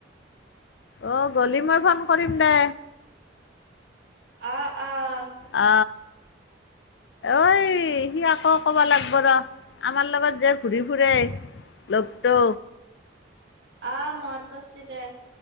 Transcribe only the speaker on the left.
ও গলি মই ফোন কৰিম দে।
অ। ঐ সি আকৌ ক'বা লাগিব ৰ আমাৰ লগত যে ঘূৰি ফুৰে। লগ টো।